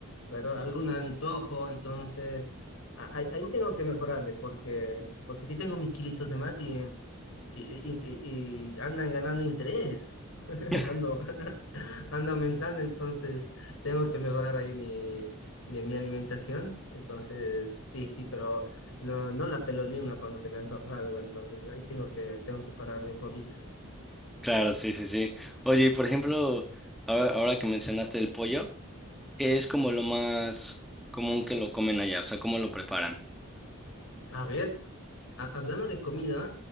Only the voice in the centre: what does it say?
<laughs>
Claro, sí, sí, sí. Oye, y por ejemplo, ahora, ahora que mencionaste el pollo, ¿qué es como lo más común que lo comen allá? O sea, ¿cómo lo preparan?